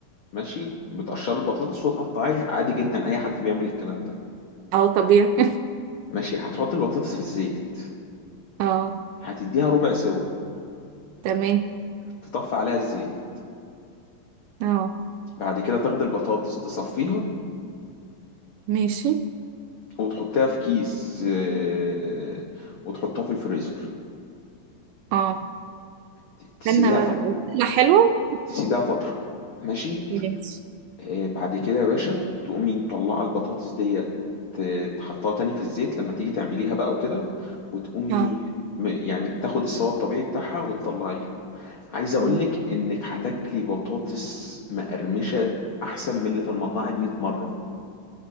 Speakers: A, on the left (about 55°); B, on the right (about 80°).
A: ماشي بتقشري البطاطس وتقطعيها عادي جدا اي حد بيعمل الكلام ده
B: اه طبيعي
A: ماشي هتحطي البطاطس في الزيت
B: <laughs> اه
A: هتديها ربع سوا
B: تمام
A: تطفي عليها الزيت
B: اه
A: بعد كده تاخدي البطاطس تصفيها
B: ماشي
A: وتحطها في كيس آه، وتحطها في الفريزر
B: اه
A: ت- تسيبيها
B: استنى بقى
A: ف...
B: تطلع حلوه
A: تسيبيها فترة ماشي
B: ماشي
A: آه، بعد كده يا باشا تقومي مطلعة البطاطس ديت ت- تحطها تاني في الزيت لما تيجي تعمليها بقى وكده وتقومي
B: اه
A: م- يعني تاخد السوا الطبيعي بتاعها وتطلعيها عايز اقولك
B: مم.
A: انك هتاكلي بطاطس مقرمشة احسن من اللي في المطاعم 100 مرة